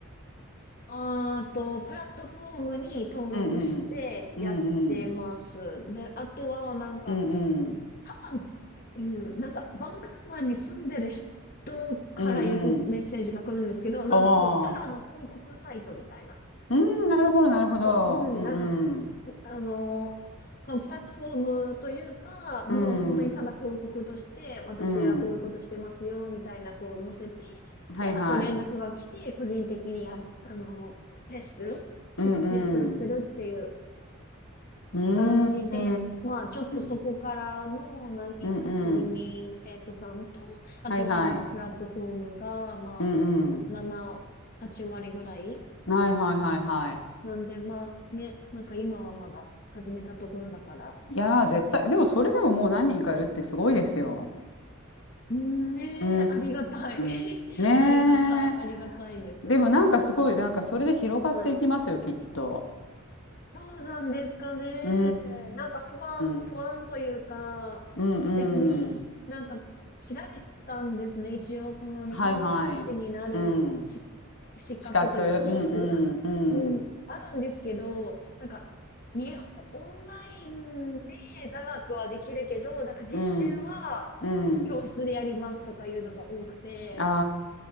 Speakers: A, on the left; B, on the left.
A: あーと、プラットフォームに登録してやってます。
B: うんうんうんうん
A: で、あとは、なんか、
B: うんうん
A: 多うん、なんか、バンクーバーに住んでる人からよくメッセージが来るんですけど、
B: うんうんうん
A: なんかこう、
B: ああ
A: ただの広告サイトみたいな。
B: ーうんなるほどなるほどうんうん
A: あの、うん、なんかす、あの、そのプラットフォームというか、もう本当にただ広告として、
B: うん
A: 私はこういうことしてますよ、
B: うん
A: みたいな、こう載せて、
B: はいはい
A: で、あと連絡が来て、個人的にや、あの、レッスン、
B: うんうん
A: うんレッスンするっていう
B: うんう
A: 感じで、まあちょっとそこからの何人か数人生徒さんと、
B: んうんうん
A: あとはまあプラットフォームがま
B: はいはいうんうん
A: あ7、8割ぐらい。
B: はいはいはいはい
A: なんでまあね、なんか今はまだ始めたところだから。
B: いやー絶対でもそれでももう何人かいるってすごいですよ
A: うんねえ、
B: うー
A: ありがたい。<laughs>
B: んねえ
A: ありがたい、ありがたいです。
B: でもなんかすごいなんかそれで広がっていきますよきっと
A: はい。そうなんですかね。
B: うー
A: なんか不安、
B: ん。
A: 不安というか、
B: うんうん。
A: 別になんか調べたんですね。一応その日本語講師になるし
B: はいはい。うん。
A: 資格というかコース
B: 資格。うんうん
A: うん、
B: うん。
A: あるんですけど、なんか日本、オンラインで座学はできるけど、なんか実習は
B: うん。うん。
A: 教室でやりますとかいうのが多くて、
B: あ